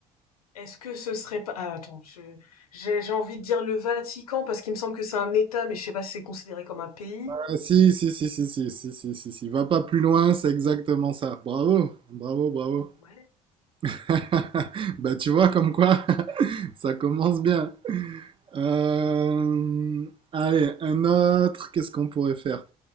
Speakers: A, on the left; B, on the right.
A: est-ce que ce serait pas... Ah, attends, je- j'ai, j'ai envie de dire le Vatican parce qu'il me semble que c'est un État, mais je sais pas si c'est considéré comme un pays.
B: Ah, si, si, si, si, si, si, si, si, si. Va pas plus loin, c'est exactement ça. Bravo, bravo, bravo.
A: Ouais.
B: <laughs> Bah, tu vois, comme quoi, <laughs> ça commence bien. Euh, Allez, un autre, qu'est-ce qu'on pourrait faire?